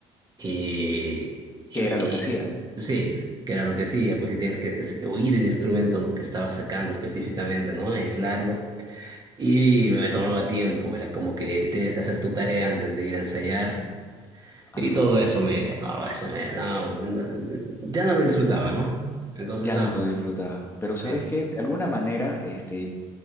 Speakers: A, on the right; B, on the left.
A: Y, y
B: ¿Qué
A: me-
B: era
A: y-
B: lo que hacía?
A: sí, que era lo que hacía, pues si tienes que es- oír el instrumento que estabas sacando específicamente, ¿no? Aislarlo. Y me me tomaba tiempo, era como que tenías que hacer tu tarea antes de ir a ensayar. Y
B: Ajá.
A: todo eso me, todo eso me, no, no, ya no lo disfrutaba, ¿no? Entonces,
B: Ya
A: nada,
B: no lo disfrutaba. Pero ¿sabes
A: es,
B: qué? De alguna manera, este,